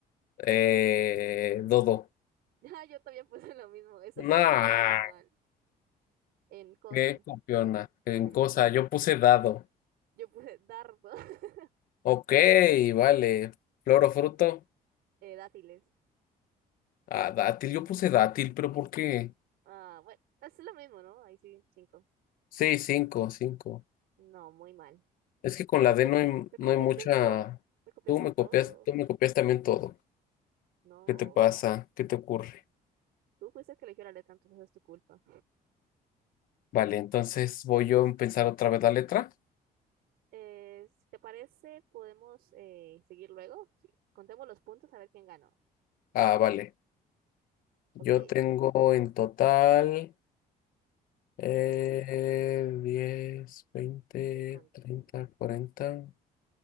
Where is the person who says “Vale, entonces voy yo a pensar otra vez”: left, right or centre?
Left